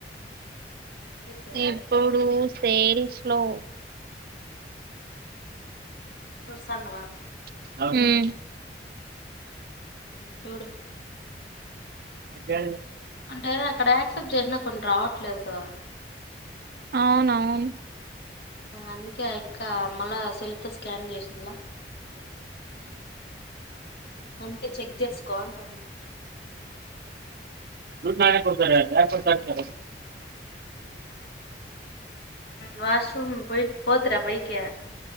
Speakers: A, on the left; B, on the right.
A: తీర్చేది
B: ఇప్పుడు సేల్స్ లో
A: చూస్తాండవ
B: ఉమ్
A: చూడు
B: విద్య
A: అంటే అక్కడ యాక్సెప్ట్ చేసినా కొన్ని రావట్లేదు కదా
B: అవునవును
A: అందుకే ఆ యక్క మళ సెల్తో స్కాన్ చేసిన్ల అందుకే చెక్ చేసుకో అంటాను
B: ఉమ్ నవ హక్మ ద
A: వాష రూమ్ పోయి పోతిరా పైకి